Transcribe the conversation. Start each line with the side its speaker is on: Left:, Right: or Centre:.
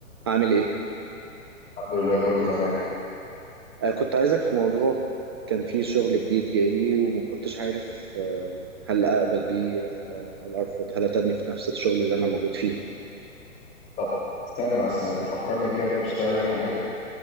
Right: عامل ايه؟
Left: الحمد لله كله تمام
Right: آه كنت عايزك في موضوع كان فيه شغل جديد جاي لي وما كنتش عارف آه هل اقبل بيه آه هل ارفض هل اتني في نفس الشغل اللي انا موجود فيه
Left: طب استنى بس فكرني كده انت بتشتغلي حاليا